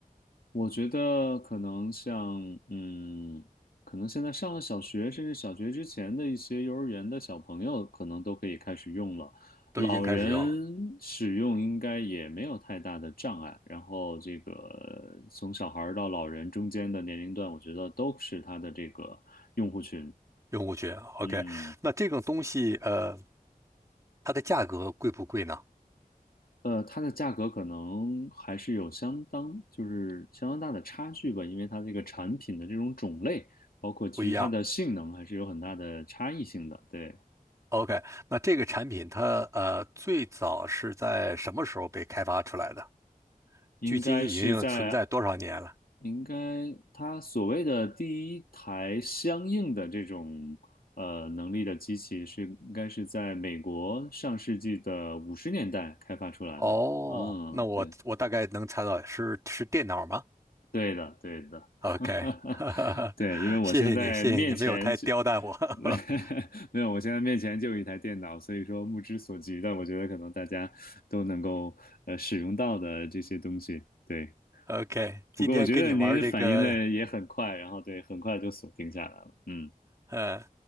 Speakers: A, on the left; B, on the right.
A: 我觉得可能像，嗯，可能现在上了小学，甚至小学之前的一些幼儿园的小朋友，可能都可以开始用了。
B: 都已经开始用了，
A: 老人使用应该也没有太大的障碍。然后这个从小孩儿到老人中间的年龄段，我觉得都是它的这个用户群。
B: 用户群。
A: 嗯。
B: OK，那这种东西呃，它的价格贵不贵呢？
A: 呃，它的价格可能还是有相当，就是相当大的差距吧，因为它这个产品的这种种类，包括基于它的性能，
B: 不一样。
A: 还是有很大的差异性的。对，
B: OK，那这个产品它呃最早是在什么时候被开发出来的？
A: 应该是在，
B: 距今已经存在多少年了？
A: 应该它所谓的第一台相应的这种呃能力的机器是，应该是在美国上世纪的五十年代开发出来的。
B: 哦，
A: 嗯，
B: 那我我大概能猜到是是电脑吗
A: 对。对的，对的，<laughs>
B: ？OK，<laughs> 哈哈哈，
A: 对，因为我现在面前就
B: 谢谢你，谢谢你，没有太刁难我。<laughs>
A: <laughs> 没有，我现在面前就有一台电脑，所以说目之所及的，我觉得可能大家都能够呃使用到的这些东西。对，
B: OK，今天跟你玩这个，
A: 不过我觉得您反应的也很快，然后对，很快就锁定下来了。嗯，
B: 嗯，